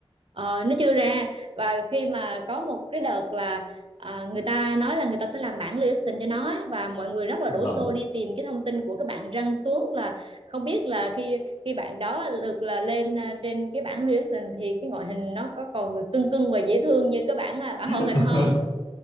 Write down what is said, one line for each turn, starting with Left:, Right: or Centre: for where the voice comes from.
Right: ờ, nó chưa ra và khi mà có một cái đợt là à, người ta nói là người ta sẽ làm bản Liễu Tình cho nó á, và mọi người rất là
Left: Dạ
Right: đổ
Left: vâng.
Right: xô đi tìm cái thông tin của cái bạn răng xuống là không biết là khi khi bạn đó được là lên à, trên cái bản Liễu Tình thì cái ngoại hình nó có còn cưng cưng và dễ thương như cái bản à, bản hoạt
Left: <laughs>
Right: hình không